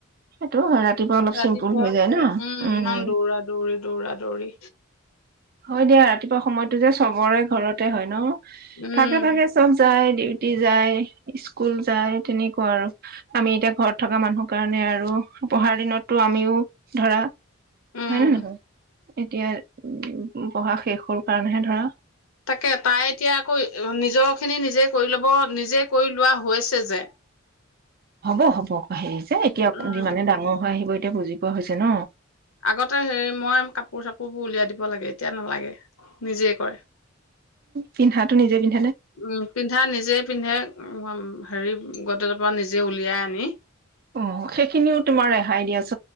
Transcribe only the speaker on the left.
ৰাতিপুৱা
ইমান দৌৰা দৌৰি দৌৰা দৌৰি
উম
উম
তাকে তাই এতিয়া আকৌ নিজৰ খিনি নিজে কৰি ল'ব নিজে কৰি লোৱা হৈছে যে
উম
আগতে হে মই কাপোৰ চাপোৰ বোৰ উলিয়াই দিব লাগে এতিয়া নালাগে নিজে কৰে
উম পিন্ধা নিজে পিন্ধে উম হেৰি গডৰেজ পৰা নিজে উলিয়াই আনি